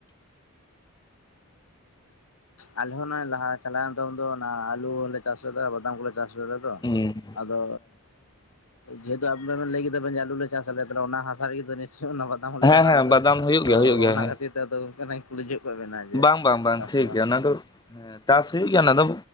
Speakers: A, on the left; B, on the left.
A: ᱟᱞᱮ ᱦᱚᱸ ᱱᱚᱜᱼᱚᱭ ᱞᱟᱦᱟ ᱪᱟᱞᱟᱣᱮᱱ ᱛᱚᱱ ᱫᱚ ᱚᱱᱟ ᱟᱞᱩ ᱦᱚᱞᱮ ᱪᱟᱥ ᱞᱮᱫᱟ ᱵᱟᱫᱟᱢ ᱠᱚᱞᱮ ᱪᱟᱥ ᱞᱮᱫᱟ ᱛᱚ
B: ᱩᱸ
A: ᱟᱫᱚ ᱡᱮᱦᱮᱛᱩ ᱟᱵᱮᱱ ᱞᱟᱹᱭ ᱠᱮᱫᱟ ᱵᱮᱱ ᱟᱞᱩ ᱞᱮ ᱪᱟᱥᱼᱟ ᱚᱱᱟ ᱦᱟᱥᱟ ᱨᱮᱜᱮ ᱱᱤᱪᱚᱭ ᱵᱟᱫᱟᱢ ᱦᱚᱸᱞᱮ
B: ᱦᱮᱸ
A: ᱪᱟᱥ
B: ᱦᱮᱸ
A: ᱟᱞᱮ ᱫᱚ
B: ᱵᱟᱫᱟᱢ ᱦᱩᱭᱩᱜ
A: ᱛᱚ
B: ᱜᱮᱭᱟ ᱦᱩᱭᱩᱜ ᱜᱮᱭᱟ
A: ᱚᱱᱟ
B: ᱦᱮᱸ
A: ᱠᱷᱟᱹᱛᱤᱨ ᱛᱮ ᱟᱫᱚ ᱜᱚᱝᱠᱮ ᱠᱩᱞᱤ ᱡᱚᱜ ᱠᱮᱫ ᱢᱮᱱᱟ ᱡᱮ
B: ᱵᱟᱝ ᱵᱟᱝ ᱵᱟᱝ
A: ᱪᱟᱥ
B: ᱴᱷᱤᱠ
A: ᱥᱮ ᱵᱟᱝ
B: ᱜᱮᱭᱟ ᱚᱱᱟ ᱫᱚ ᱦᱮᱸ ᱪᱟᱥ ᱦᱩᱭᱩᱜ ᱜᱮᱭᱟ ᱚᱱᱟ ᱫᱚ